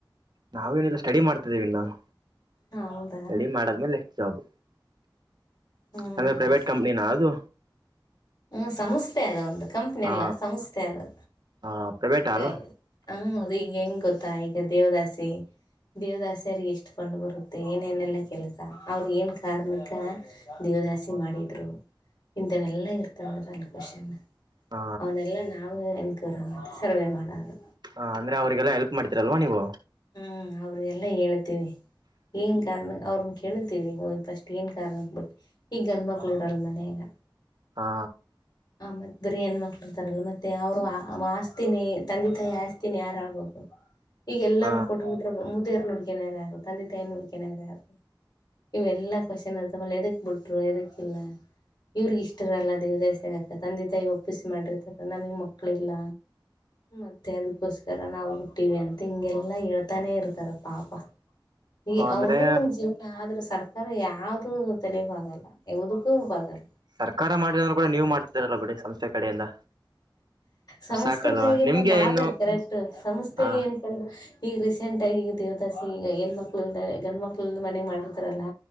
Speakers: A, on the right; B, on the left.
A: ನಾವೇನಿಲ್ಲ ಸ್ಟಡಿ ಮಾಡ್ತಾಯಿದ್ದೀವಿ ನಾನು
B: ಹೌದಾ
A: ಸ್ಟಡಿ ಮಾಡಿದ್ಮೇಲೆ ನೆಕ್ಸ್ಟ್ ಜಾಬ್
B: ಹ್ಞೂ
A: ಅಂದ್ರೆ ಪ್ರೈವೇಟ್ ಕಂಪ್ನಿನಾ ಅದು
B: ಹ್ಮ ಸಂಸ್ಥೆ ಅದ ಒಂದು ಕಂಪ್ನಿ
A: ಹ
B: ಎಲ್ಲ ಸಂಸ್ಥೆ ಅದು
A: ಹ ಪ್ರೈವೇಟ್
B: ಈಗ
A: ಅಲ್ಲ
B: ಹ ರೀಗ ಹೆಂಗೆ ಗೊತ್ತಾ ಈಗ ದೇವರಾಸಿ ದೇವದಾಸಿಯರಿಗೆ ಎಷ್ಟುಫಂಡ ಬರುತ್ತೆ ಏನೇನೆಲ್ಲ ಕೆಲಸ ಅವ್ರಗ ಏನು ಕಾರಣಕ್ಕೆ ದೇವದಾಸಿ ಮಾಡಿದ್ರು ಇಂಥವೆಲ್ಲಾ ಇರ್ತಾರೆ ತದಲ್ಲಿ ಕಷನ್
A: ಹ
B: ಅವನ್ನೆಲ್ಲ ನಾವೇ ಎನ್ಕ್ವರಿ ಮಾಡ ಸರ್ವೆ ಮಾಡೋದು
A: ಹ ಅಂದ್ರೆ ಅವ್ರರಿಗೆಲ್ಲ ಹೆಲ್ಪ್ ಮಾಡ್ತೀರಲ್ವಾ ನೀವು
B: ಹ್ಮ್ ಅವ್ರ ಎಲ್ಲ ಹೇಳ್ತೀವಿ ಏನು ಕಾರಣ ಅವ್ರನ್ನ ಕೇಳುತ್ತೀರಿ ಹದಿ ಫಸ್ಟ್ ಏನು ಕಾರಣಕ್ಕೆಬಿಟ್ಟು ಈಗ ಗಂಡ ಮಕ್ಳು ಇರಲ್ ಮನೆ ಈಗ
A: ಹಾ
B: ಮತ್ತ ಬರಿ ಹೆಣ ಮಕ್ಳು ಇತಾರಲ್ಲ ಮತ್ತೆ ಅವ್ರು ಮಾಸ್ತಿನಿ ತಂದೆ ತಾಯಿ ಹಾಸ್ತಿನಿ ತಂದ ತಯಿ ಯಾರ ಅವ್ರು ಈಗ ಎಲ್ಲರೂ
A: ಹ
B: ಕೊಟ್ಬಿಟ್ರ ಮುದೆಯರು ನುಡ್ಕನಾರ ಯಾರು ತಂದೆ ತಾಯಿ ನುಡ್ಕನಾರ ಯಾರು ಇವೆ ಎಲ್ಲಾ ಕ್ವಶನ್ ಇರ್ತಲ್ಲ ಎದಕ್ ಬಿಟ್ರು ಎದಕ್ಕ ಇಲ್ಲ ಇವ್ರಗ ಇಷ್ಟ ಇಷ್ಟರಲ್ಲ ದೇವದಯ ಸೇಕ ತಂದೆ ತಾಯಿ ಒಪ್ಪಿಸಿ ಮಾಡಿರ್ತಾರೆ ನಮಗೆ ಮಕ್ಕಳಿಲ್ಲ ಮತ್ತೆ ಅದಕ್ಕೋಸ್ಕರ ನಾವು ಬಿುಟ್ಟಿವಿ ಅಂತ ಹಿಂಗೆಲ್ಲ ಹೇಳ್ತಾನೆ ಇರ್ತಾರ ಪಾಪ ಈ
A: ಅಂದ್ರೆ
B: ಅವ್ರಗು ಒಂದ್ ಜೀವನ ಆದ್ರೆ ಸಾಕ ಸರ್ ಯಾವುದು ತಲಿಬಾಗಲ್ಲ ಯಾವುದಕ್ಕೂ ಯಾವ್ದಕ್ಕೂ ಆಗಲ್ಲ
A: ಸರ್ಕಾರ ಮಾಡಿದ್ರರು ಕೂಡ ನೀವು ಮಾಡ್ತಿದರಲ್ಲ ಬಿಡಿ ಸಂಸ್ಥೆ ಕಡೆಯಿಂದ
B: ಸಂಸ್ಥೆ
A: ಅಷ್ಟ್ ಸಾಕಲ್ವಾ
B: ಕಡೆಗಿಂದ
A: ನಿಮ್ಗೆ
B: ಮಾಡತದ
A: ಇನ್ನು
B: ಕರೆಕ್ಟ್ ಸಂಸ್ಥೆಗೆ
A: ಹ
B: ಏನ್ಕಂಡು ಈಗ ರೀಸೆಂಟ್ ಆಗಿ ಈಗ ದೇವದಾಸಿ ಈಗ ಹೆಣ್ಣ್ಮ ಮಕ್ಳಲ್ದ ಗಂಡ ಮಕ್ಳಲ್ ಮನೆ ಮಾಡಿರ್ತಾರಲ್ಲ